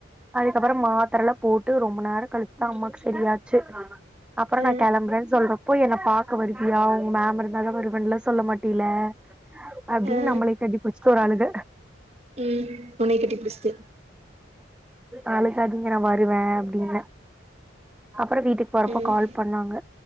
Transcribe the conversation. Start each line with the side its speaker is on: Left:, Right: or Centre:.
Centre: அதுக்கப்பறோ மாத்தரலா போட்டு ரொம்ப நேர கழிச்சுதா அம்மாக்கு சரியாச்சு அப்றோ
Right: ஆ ஆ
Centre: நா கெளம்புரேன் சொல்ற ப்போ என்ன பாக்க வருவியா மேம் இருந்தா தா வருவன்லா சொல்ல மாட்டில்ல அப்டீன்
Right: ஆ
Centre: நம்மளை கட்டுபிடிச்சுட்டு ஒரு அழுக
Right: ம் உன்னை கட்டி பிடிச்சுட்டு
Centre: அழுகாதீங் நா வருவே அப்டின்னே அப்புறோ வீட்டுக் போறப்போ
Right: ம்
Centre: கால் பண்ணாங்க